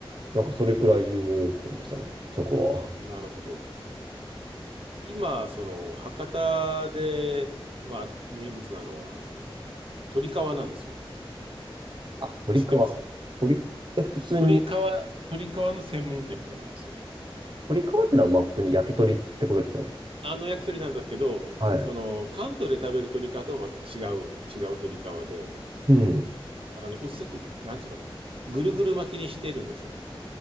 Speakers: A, on the right; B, on the right.
A: なんかそれくらい有名店でしたね、そこは。
B: なるほど。今、その、博多で、まあ、名物なのは、鶏皮なんですよね。
A: あ、堀川。
B: 知ってます
A: 堀、え、普通に、
B: 鶏皮、鶏皮の専門店ってのがあるんですよ。
A: 堀川ってのはまあ普通に焼き鳥ってことですよね。
B: あの焼き鳥なんだけど、
A: はい。
B: その、関東で食べる鶏皮とはまた違う、違う鶏皮で、
A: うん。
B: あの、薄く、なんていうのかな、ぐるぐる巻きにしてるんですよ。